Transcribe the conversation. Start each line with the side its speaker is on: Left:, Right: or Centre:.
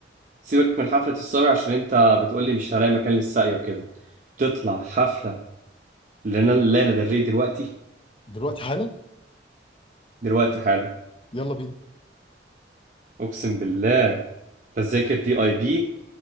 Right: سيبك من حفلة الصبي عشان انت بتقولي مش هلاقي مكان للساقية وكده تطلع حفلة لنا لانا دري دلوقتي
Left: دلوقتي حالا
Right: دلوقتي حالا
Left: يلا بينا
Right: اقسم بالله تذاكر في اي بي